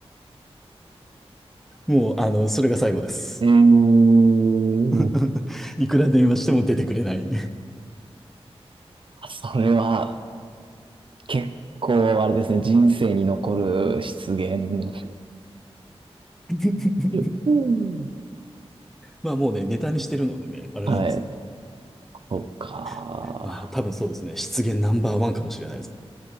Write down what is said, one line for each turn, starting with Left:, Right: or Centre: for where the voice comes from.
Centre: <laughs> もう、あの、それが最後です。
Right: えー、
Centre: <laughs> いくら電話しても出てくれない
Right: それは結構あれですね、人生に残る失言。
Centre: <laughs>
Right: うん
Centre: まあもうね、ネタにしてるのでね、あれなんですけど。
Right: はい。そっか。
Centre: <laughs> まあ多分そうですね、失言ナンバーワンかもしれないです。